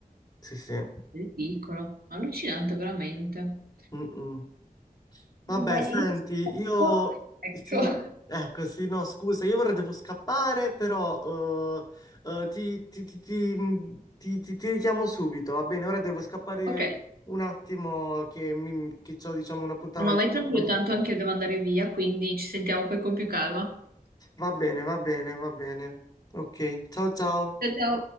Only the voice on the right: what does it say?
Ridicolo, allucinante veramente.
Vabbè,
io aspetto.
<laughs> Ecco.
Ok,
no, ma vai tranquillo,
tanto
anche io devo andare via, quindi ci sentiamo poi con più calma.
Ciao, ciao.